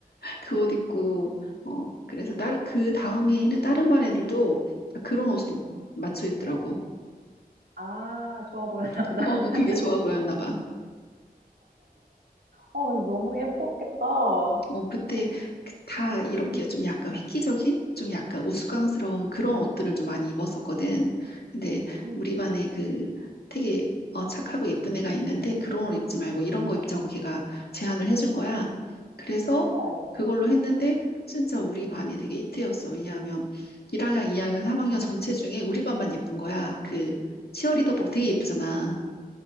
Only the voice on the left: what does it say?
그
옷 입고 어 그래서 다른 그 다음에 있는 다른 반 애들도 다 그런 옷으로
맞춰 입더라고.
<laughs>
어 그게 좋아 보였나 봐.
뭐 그때 그다 이렇게
좀 약간 획기적인, 좀 약간 우스꽝스러운
그런 옷들을 좀 많이 입었었거든. 근데
우리 반에 그 되게 어, 착하고 예쁜 애가 있는데 그런 옷 입지 말고 이런 거 입자고 걔가 제안을 해준 거야. 그래서
그걸로 했는데 진짜 우리 반이 되게 히트였어. 왜냐하면 1학년, 2학년,
3학년 전체 중에 우리 반만 예쁜 거야. 그 치어리더복
되게 예쁘잖아.